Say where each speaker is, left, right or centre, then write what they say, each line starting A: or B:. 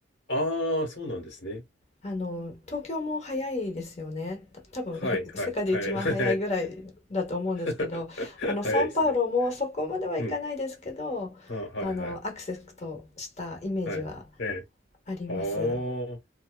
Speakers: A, on the left; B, on the left.
A: あー、そうなんですね。
B: あの、東京も早いですよね。た多分
A: はい。
B: <laughs>
A: はい。
B: 世界で一番早いぐらいだと思うんですけど、
A: はい。はい。<laughs>
B: あの、
A: 早いですね。
B: サンパウロもそこまではいかないですけど、
A: うん。あ、はい。
B: あの、
A: はい。
B: アクセスとしたイメージは
A: はい。えー、
B: あります。
A: あー。